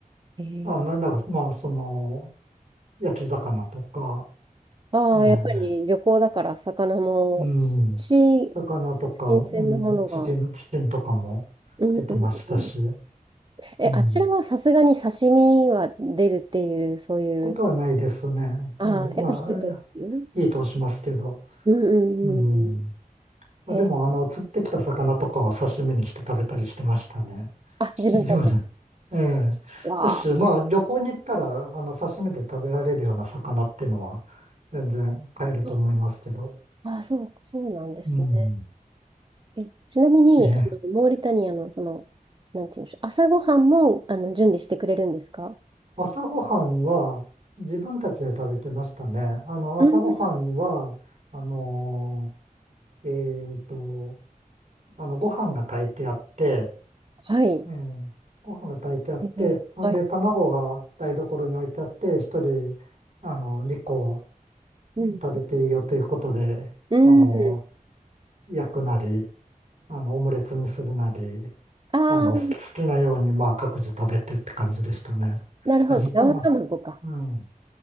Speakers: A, on the right; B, on the right.
A: えー
B: あ、なんだか、まあ、その、焼き魚とか、
A: ああ、
B: ええ、
A: やっぱり漁港だから魚も美味しい
B: うん。魚とか、
A: 新鮮なものが。
B: うん、チキン、
A: う
B: チキンとかも出てましたし。
A: んうんうん。え、
B: うん。
A: あちらはさすがに刺身は出るっていう、そういう。
B: ことはないですね。
A: ああ、
B: はい。まあ、
A: やっぱ火を通す。
B: あれいいとしますけど。
A: うんうんうんうん。
B: うん。まあ、
A: え、
B: でも、あの、釣ってきた魚とかは刺身にして食べたりしてましたね。
A: あ、
B: <laughs>
A: 自分たち。
B: でもねええ。
A: わ
B: ですし、まあ、旅行に行ったら、あの、刺身で食べられるような魚っていうのは、全然買えると思いますけど。
A: あ。ああ、そう、そうなんですね。
B: うん。
A: え、ちなみに、
B: ええ。
A: あの、モーリタニアの、その、なんていうんでしょう、朝ごはんも、あの、準備してくれるんですか
B: 朝ごはんは、自分たちで食べてましたね。あの、
A: うん
B: 朝ごはんは、あのーえっと、あの、ご飯が炊いてあって、
A: はい。
B: ええ、ご飯が炊いてあって、
A: えーはい。
B: ほんで卵が台所に置いてあって、一人、あの、2個
A: うん。
B: 食べていいよということで、
A: うん。
B: あの、焼くなり、あの、オムレツにするなり、
A: ああ、
B: あの、好き、好きなように、まあ、各自食べてって感じでしたね。
A: なるほど。
B: あ、2個も、
A: 生卵か。
B: うん。